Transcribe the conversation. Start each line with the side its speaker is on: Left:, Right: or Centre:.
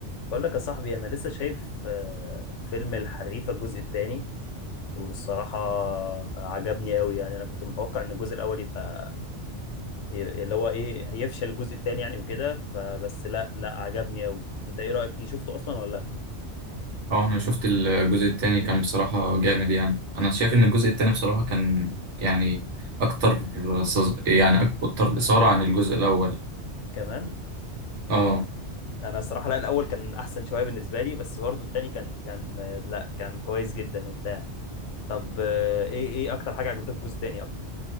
Left: بقول لك يا صاحبي انا لسه شايف آه، فيلم الحريفه الجزء الثاني وبالصراحه عجبني قوي يعني انا كنت متوقع ان الجزء الاول يبقى ي- اللي هو ايه هيفشل الجزء الثاني يعني وكده فبس لا لا عجبني قوي انت ايه رايك فيه شفته اصلا ولا لا
Right: اه انا شفت الجزء التاني كان بصراحة جامد يعني انا شايف ان الجزء التاني بصراحة كان يعني اكتر سز... يعني اكتر اثارة عن الجزء الاول
Left: كمان
Right: اه
Left: انا الصراحه لا الاول كان احسن شويه بالنسبه لي بس برضو الثاني كان كان آه، لا كان كويس جدا وبتاع طب آه، ايه ايه اكتر حاجه عجبتك في الجزء الثاني اكتر